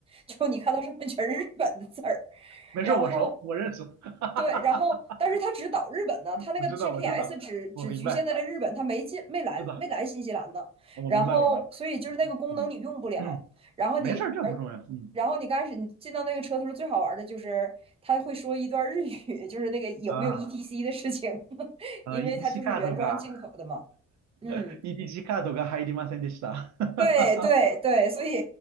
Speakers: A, on the right (about 20°); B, on the right (about 65°).
A: 就你看到上面全是日本的字儿。
B: 没事，
A: 然后
B: 我熟，我认识，<laughs> 哈哈哈哈，
A: 对，然后但是他只导日本呢，他那个
B: 我知道，
A: GPS
B: 我知道，
A: 只只局限在了日本，
B: 我明白，
A: 他没进没来没来新西兰呢。
B: 知道，我明白，
A: 然后所以就是那个功能你用不了，
B: 我明白，嗯，<coughs> <clears throat>
A: 然后你而
B: 没事儿，这不重要，嗯
A: 然后你刚开始你进到那个车的时候，最好玩的就是他会说一段日语，就是那个有没有
B: 啊
A: ETC 的事情，<laughs>
B: 啊
A: 因为它就是原装进口的嘛。
B: EDC カードが、
A: 嗯，
B: <laughs> EDC カードが入りませんでした。<laughs>
A: 对对对，所以